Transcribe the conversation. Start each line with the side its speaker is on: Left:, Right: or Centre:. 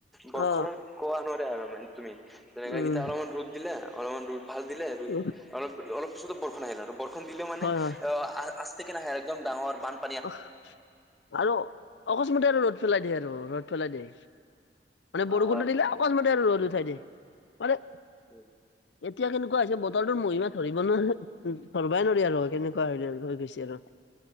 Centre: বৰষুণৰ
Left: অ
Centre: কোৱা নোৱাৰে আৰু মানে তুমি তেনেকে
Left: উম
Centre: এতিয়া অলপমান ৰ'দ দিলে অলপমান ৰ'দ ভাল দিলে আৰু
Left: উম,
Centre: অলপ অলপ পিছত বৰষূণ আহিলে আৰু বৰষূণ দিলে মানে
Left: হয়
Centre: অ'
Left: হয়
Centre: আ আ- ষ্টেকে নাহে আৰু একদম ডাঙৰ বান-
Left: উহ, আৰু অকস্মাতে আৰু ৰ'দ পেলাই দিয়ে আৰু ৰ'দ পেলাই দিয়ে মানে
Centre: অ',
Left: বৰষুণটো দিলে অকস্মাতে ৰদ উঠাই দিয়ে, মানে
Centre: উম।
Left: এতিয়া কেনেকুৱা হৈছে বতৰটোৰ মহিমা ধৰিব নোৱাৰি ধৰবাই নোৱাৰি আৰু কেনেকুৱা হয় হৈ গৈছে আৰু